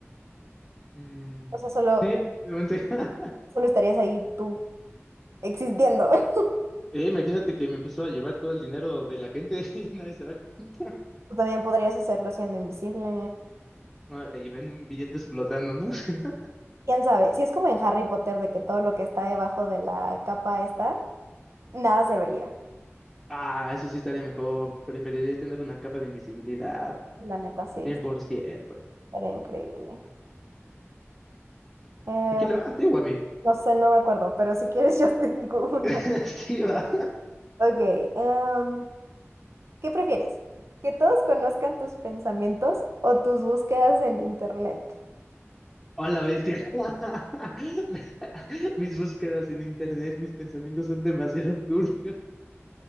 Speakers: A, in the centre; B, on the right.
A: Mm,
B: O sea, solo
A: sí, efectivamente. <laughs>
B: Solo estarías ahí tú existiendo. <laughs>
A: Eh, imagínate que me empiezo a llevar todo el dinero de la gente <laughs> y nadie se da cuenta.
B: Tú también podrías hacerlo siendo invisible.
A: Ah, Y ven un billetes flotando, ¿no? <laughs>
B: ¿Quién sabe? Si es como en Harry Potter de que todo lo que está debajo de la capa está, nada se vería.
A: Ah, eso sí estaría mejor. Preferiría tener una capa de invisibilidad,
B: La neta, sí,
A: 100%.
B: estaría increíble. Eh,
A: ¿A quién le va? ¿A ti o a mí?
B: no sé, no me acuerdo, pero si quieres <laughs> yo te digo una.
A: <laughs> Sí, va.
B: Ok, em, ¿qué prefieres? ¿Que todos conozcan tus pensamientos o tus búsquedas en internet?
A: Hola, bestia. <laughs> Me- Mis búsquedas en internet, mis pensamientos son demasiado turbios.